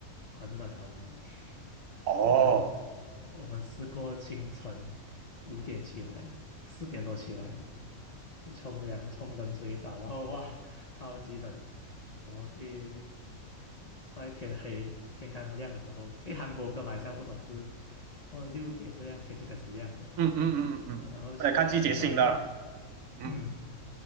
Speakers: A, on the left (about 40°); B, on the right (about 70°).
A: 很冷很冷。<laughs>
B: 哦。哦，
A: 我们我们试过清晨五点起来啊，四点多起来了，你冲凉冲冷水澡，然后哇，超级冷，然后去在天黑天刚亮的时候，因为韩国跟马来西亚不同是，他们六点这样天就开始亮了，
B: 嗯嗯嗯嗯嗯，嗯来看季节性的。
A: 呃然后去爬山哦，
B: 嗯，
A: 嗯。